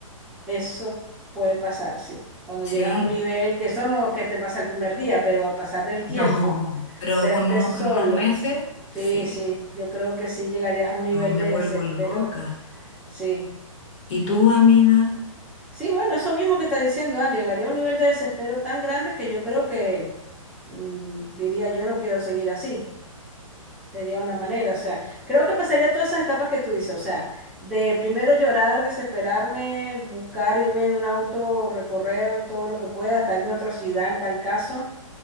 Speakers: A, in the centre; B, on the left.
A: eso puede pasar, sí. Cuando
B: Sí,
A: llegas a un nivel, que eso no que te pasa el primer día, pero al pasar del tiempo.
B: no, pero
A: Verte
B: en uno-
A: solo.
B: en unos meses,
A: Sí,
B: sí.
A: sí, yo creo que sí llegarías a un nivel
B: No me
A: de
B: vuelvo
A: desespero.
B: loca.
A: Sí,
B: ¿Y
A: sí.
B: tú, amiga?
A: Sí, bueno, eso mismo que está diciendo Andy, llegaría a un nivel de desespero tan grande que yo creo que mm, diría yo no quiero seguir así. Sería una manera, o sea, creo que pasaría todas esas etapas que tú dices, o sea, de primero llorar, desesperarme, buscar irme en un auto, recorrer todo lo que pueda, hasta irme a otra ciudad en tal caso